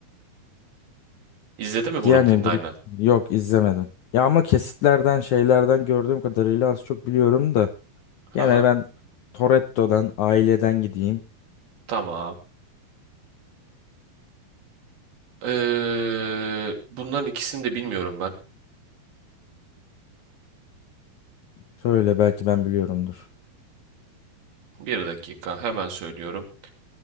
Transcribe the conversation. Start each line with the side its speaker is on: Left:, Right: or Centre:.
Right: İzledin mi Brooklyn
Left: Yani
Right: Nine-Nine?
Left: Brook yok izlemedim. Ya ama kesitlerden şeylerden gördüğüm kadarıyla az çok biliyorum da.
Right: Haha.
Left: Gene ben Toretto'dan aileden gideyim.
Right: Tamam. Ee, bunların ikisini de bilmiyorum ben.
Left: Şöyle belki ben biliyorumdur.
Right: Bir dakika hemen söylüyorum.